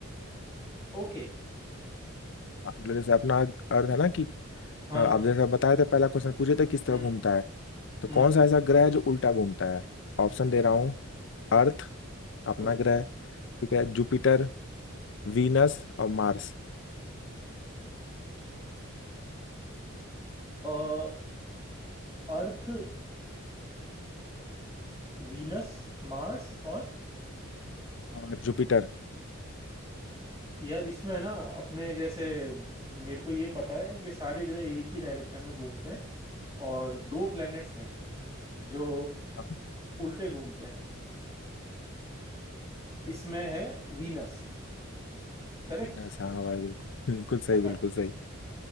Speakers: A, on the right (about 20°); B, on the left (about 60°).
A: ओके
B: मतलब जैसे अपना अर्थ है ना कि
A: हाँ
B: अ, आप
A: हाँ
B: जैसा बताए थे पहला क्वेश्चन पूछे थे किस तरह
A: हम्म
B: घूमता है तो
A: हम्म
B: कौन सा ऐसा ग्रह है जो उल्टा घूमता है ऑप्शन दे रहा हूँ अर्थ अपना
A: ओके
B: ग्रह ठीक है जुपिटर वीनस और मार्स
A: अ, अर्थ वीनस मार्स और
B: और जुपिटर
A: यार इसमें है ना अपने जैसे मेरे को ये पता है कि सारे ग्रह एक ही डायरेक्शन में घूमते हैं और दो प्लैनेट्स हैं जो
B: हाँ
A: उल्टे घूमते हैं इसमें है वीनस करेक्ट
B: वीनस हाँ भाई बिल्कुल बिल्कुल
A: <laughs>
B: सही बिल्कुल सही